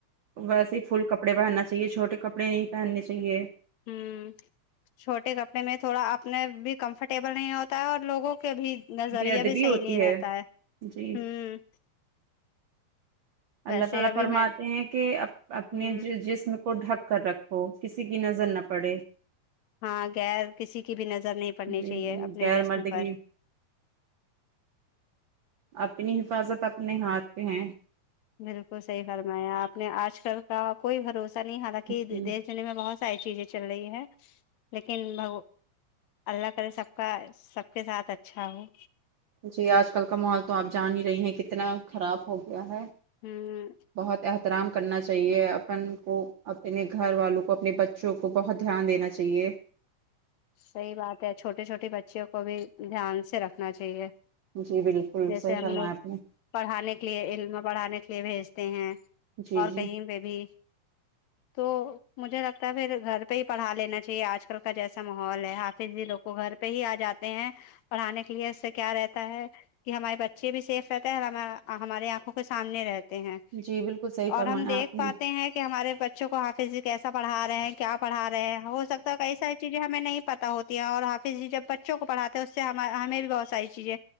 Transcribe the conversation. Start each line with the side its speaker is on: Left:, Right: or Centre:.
Right: ویسے ہی فل کپڑے پہننا چاہیے چھوٹے کپڑے نہیں پہننے چاہیے
Left: ہوں چھوٹے کپڑے میں تھوڑا اپنے بھی کمفرٹیبل نہیں ہوتا ہے اور لوگوں کے بھی نظریہ
Right: بے ادبی
Left: بھی صحیح
Right: ہوتی
Left: نہیں رہتا ہے
Right: جی
Left: ہوں
Right: اللہ
Left: ویسے
Right: تعالی
Left: ابھی
Right: فرماتے
Left: میں
Right: ہیں کہ اپنے
Left: ہ
Right: جسم کو ڈھک کر رکھو کسی کی نظر نہ پڑے
Left: ہاں غیر کسی کی بھی نظر نہیں پڑنی
Right: جی
Left: چاہیے
Right: جی
Left: اپنے
Right: غیر
Left: جسم
Right: مردگی
Left: پر
Right: اپنی حفاظت اپنے ہاتھ پہ ہیں
Left: بالکل صحیح فرمایا آپ نے آج کل کا کوئی بھروسہ نہیں حالانکہ
Right: جی
Left: دی سلع میں بہت ساری چیزیں چل رہی ہے لیکن بگ اللہ کرے سب کا سب کے ساتھ اچھا ہو
Right: جی آج کل کا ماحول تو آپ جان ہی رہی ہیں کتنا خراب ہو گیا ہے
Left: ہوں
Right: بہت احترام کرنا چاہیے اپن کو اپنے گھر والوں کو اپنے بچوں کو بہت دھیان دینا چاہیے
Left: صحیح بات ہے چھوٹے چھوٹے بچوں کو بھی دھیان سے رکھنا چاہیے
Right: جی بالکل
Left: جیسے
Right: صحیح
Left: ہم
Right: فرمایا
Left: لوگ
Right: آپ نے
Left: پڑھانے کے لیے علم بڑھانے کے لیے بھیجتے ہیں
Right: جی
Left: اور
Right: جی
Left: کہیں پہ بھی تو مجھے لگتا ہے پھر گھر پہ ہی پڑھا لینا چاہیے آج کل کا جیسا ا ماحول ہے حافظ ج لوگ کو گھر پہ ہی آ جاتے ہیں پڑھانے کے لیے اس سے کیا رہتا ہے کہ ہمارے بچے بھی سیف رہتے ہیں اور ہمارے آنکھوں کے سامنے رہ تے ہیں
Right: جی بالکل صحیح فرمایا
Left: اور ہم دیکھ
Right: آپ نے
Left: پاتے ہیں کہ ہمارے بچوں کو حافظی کیسا پڑھا رہے ہیں کہ آپ پڑا رہے ہیں وہ سب تو ایسا ہی ہمیں نہیں پتا ہوتی ہے اور حافظ جی جب بچوں کو پڑھاتے ہیں اس سے ہمیں بھی بہت ساری چیزیں